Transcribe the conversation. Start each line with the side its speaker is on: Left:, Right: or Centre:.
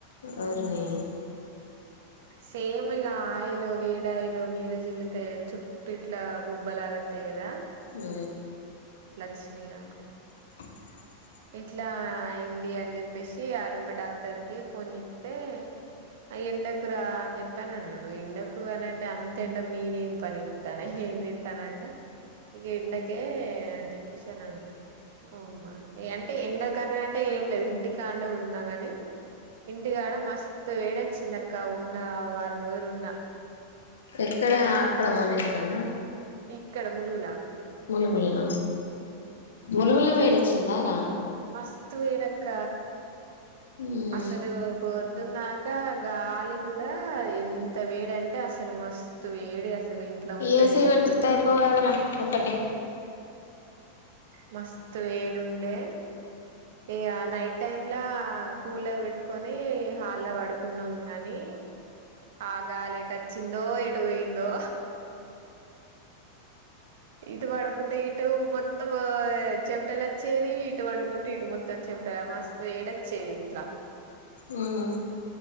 Left: ఓర్నీ
Right: సేమ్ ఈగ ఆయిలు వేడి ఆయిలు మీద జిల్లితే చుట్టూ ఇట్ల బొబ్బలాగా తయి గదా
Left: ఆ
Right: చ్చినయి నాకు
Left: డోర్ సౌండ్
Right: ఇట్లా అయింది అని చెప్పేసి ఆర్. ఎం. పి డాక్టర్ కి ఫోన్ చేస్తే ఆ ఎండకురా అని చెప్పి అన్నాడు ఎండకు అని అంటే అంత ఎండకు నేనేం ఏం పని చేత్త న్న నేనేం తన అంటే ఇక ఎండకే అని చెప్పేసి అని అన్నడు ఓ అమ్మ ఇ అంటే ఎండకని అంటే ఏం లేదు ఇంటికానే ఉన్నానని ఇంటికాడ మస్తు వేడి వచ్చిందక్క ఉన్న వారం రోజులు ఉన్నా
Left: ఎక్కడ అక్కడ మన ఇంటి కాడన్నా
Right: ఇక్కడ ములుగు లా
Left: ములుగులనా ములుగుల వేడొచ్చిందార
Right: మస్తు వేడి అక్క
Left: మ్మ్
Right: అసలు పొ పొద్దుందాక గాలి గూడా ఎంత వేడి అంటే అసలు మస్తు వేడి అసలు ఇంట్లో ఉండనీకి
Left: ఏసీ పెట్టిత్తే
Right: వసం
Left: అయిపోవు
Right: కాకపోయేది
Left: కదరా ఒక్కటే
Right: మస్తు వేడి ఉండే ఇగ నైట్ టైం లా కూలర్ పెట్టుకొని హాల్లో పడుకున్నాము గాని ఆ గాలి ఎటు వచ్చిందో ఏటు పోయిందో ఇటు పడుకుంటే ఇటు మొత్తం చమటలు వచ్చేది ఇటు పండుకుంటే ఇటు మొత్తం చెమటలు మస్తు వేడొచ్చేది ఇంట్లో
Left: మ్మ్